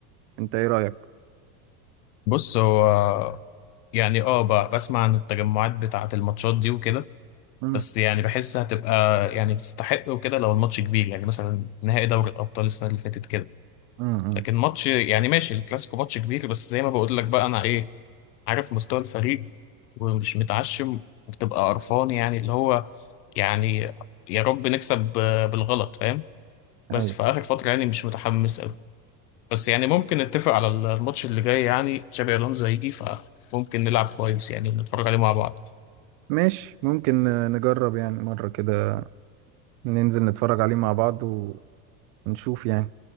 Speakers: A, on the right; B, on the left.
A: أنت إيه رأيك؟
B: بص هو يعني اه ب- بسمع عن التجمعات بتاعة الماتشات دي وكده
A: مم.
B: بس يعني بحس هتبقى يعني تستحق وكده لو الماتش كبير يعني مثلا نهائي دوري الأبطال السنة اللي فاتت كده
A: مم. مم.
B: لكن ماتش يعني ماشي الكلاسيكو ماتش كبير بس زي ما بقول لك بقى أنا إيه عارف مستوى الفريق ومش متعشم وبتبقى قرفان يعني اللي هو يعني يا رب نكسب آه، بالغلط فاهم بس
A: أيوة
B: في آخر فترة يعني مش متحمس قوي بس يعني ممكن نتفق على الماتش اللي جاي يعني تشابي ألونزو هيجي فممكن نلعب كويس يعني ونتفرج عليه مع بعض
A: ماشي ممكن آه، نجرب يعني مرة كده ننزل نتفرج عليه مع بعض ونشوف يعني